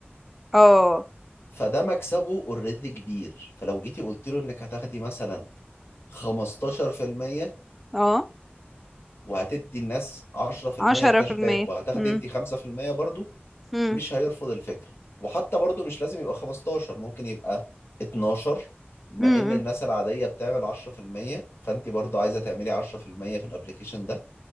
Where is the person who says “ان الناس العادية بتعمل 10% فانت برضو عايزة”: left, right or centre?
Left